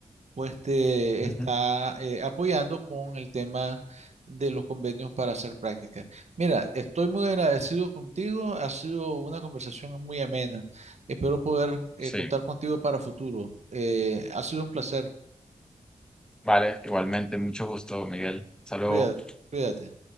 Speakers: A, on the right (about 60°); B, in the centre.
A: pues te
B: ujú.
A: está eh, apoyando con el tema de los convenios para hacer prácticas. Mira, estoy muy agradecido contigo, ha sido una conversación muy amena. Espero poder eh,
B: Sí,
A: contar contigo para futuro. Eh, ha sido un placer.
B: vale, igualmente, mucho gusto, Miguel. Saludos.
A: Cuídate, cuídate.